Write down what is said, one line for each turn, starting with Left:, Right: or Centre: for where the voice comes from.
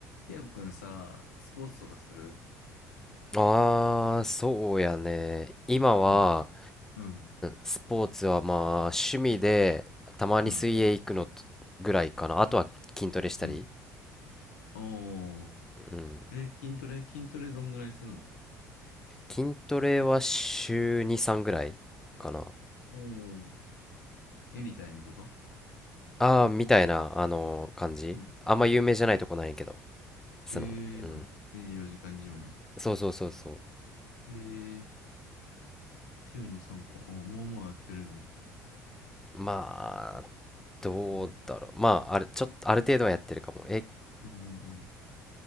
Left: ティアゴくんさ、スポーツとかする
Centre: ああ、そうやね。今は、
Left: うん、うん、
Centre: スポーツはまあ、趣味で、たまに水泳行くのとぐらいかな。
Left: うん、
Centre: あとは筋トレしたり。
Left: うん。おー。
Centre: うん。
Left: え、筋トレ筋トレどんぐらいするの
Centre: 筋トレは週2、3ぐらいかな。
Left: おー。エニタイムとか
Centre: ああ、みたいな、あの感じ。
Left: うん。
Centre: あんま有名じゃないとこなんやけど。その、
Left: えー、
Centre: うん。
Left: あ、24時間ジムね。
Centre: そうそうそうそう。
Left: えー、週に3回。お、もうもうやってるんだね。
Centre: まあ、どうだろう。
Left: うん。
Centre: まあ、ある、ちょっと、ある程度はやってるかも。え、
Left: うん、うん、うん。